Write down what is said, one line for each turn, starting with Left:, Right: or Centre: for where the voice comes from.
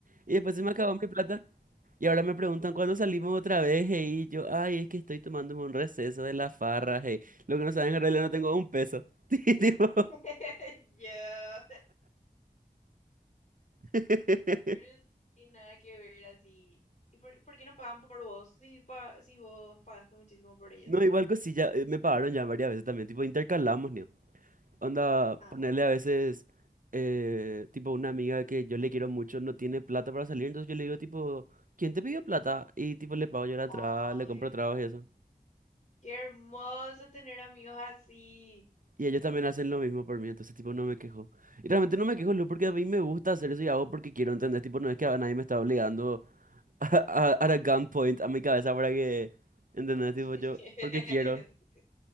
Right: Y después se me acabó mi plata. Y ahora me preguntan cuándo salimos otra vez, hey, y yo, ay, es que estoy tomándome un receso de la farra, hey. Lo que no saben, en realidad no tengo un peso. <laughs> Tipo,
Left: <laughs> Yo,
Right: <laughs>
Left: pero sí, nada que ver así. ¿Y por, por qué no pagan por vos? Si, pa- si vos pagaste muchísimo por ellos.
Right: no, igual cosilla, eh, me pagaron ya varias veces también, tipo, intercalamos, ¿no? Onda,
Left: Ah,
Right: ponerle a veces, eh, tipo, una amiga que yo le quiero mucho no tiene plata para salir, entonces yo le digo, tipo, ¿quién te pidió plata? Y, tipo, le pago yo la entrada,
Left: bueno. Ay,
Right: le compro tragos y eso.
Left: qué hermoso tener amigos así.
Right: Y ellos también hacen lo mismo por mí, entonces tipo no me quejo. Y realmente no me quejo, Lu, porque a mí me gusta hacer eso y hago porque quiero entender, tipo no es que a nadie me está obligando <laughs> a, a, a gunpoint a mi cabeza para que, ¿entendés? Tipo
Left: <laughs>
Right: yo, porque quiero.